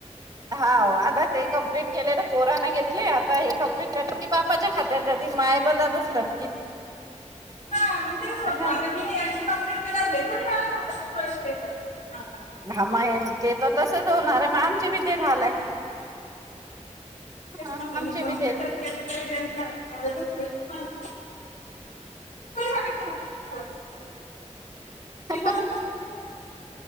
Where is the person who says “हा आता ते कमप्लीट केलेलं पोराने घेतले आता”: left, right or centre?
Right